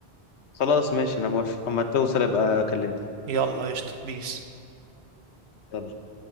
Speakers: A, on the left; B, on the right.
A: خلاص ماشي انا موافق اما توصل ابقى اكلمني
B: يلا قشطه بيس
A: يلا